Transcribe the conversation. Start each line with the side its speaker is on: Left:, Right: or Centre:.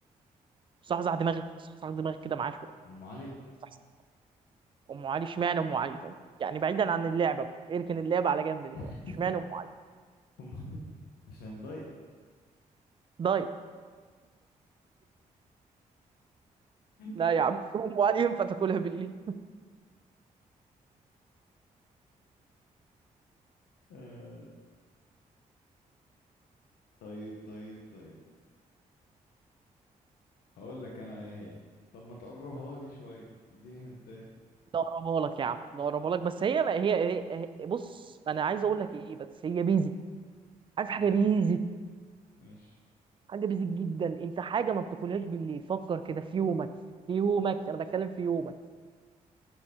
Right: صحصح دماغك صحصح دماغك كده معاه شوية
Left: ام علي
Right: صحصح. أم علي اشمعنى أم علي طيب؟ يعني بعيدا عن اللعبة بقى اركن اللعبة على جنب دلوقتي
Left: <laughs>
Right: اشمعنى أم علي؟
Left: ام علي عشان الدايت
Right: دايت
Left: <laughs>
Right: لا يا عم <laughs> أم علي ينفع تاكلها بالليل
Left: آه، طيب طيب طيب هقول لك انا ايه هي طب ما تقربها لي شويه اديني هنتاي
Right: لا اقربها لك يا عم لا اقربها لك بس هي ما هي, هي, هي بص انا عايز اقول لك ايه بس هي بيزك عارف
Left: ماشي
Right: حاجه بيزك
Left: ماشي
Right: حاجه بيزك جدا انت حاجه ما بتاكلهاش بالليل فكر كده في يومك في يومك انا بتكلم في يومك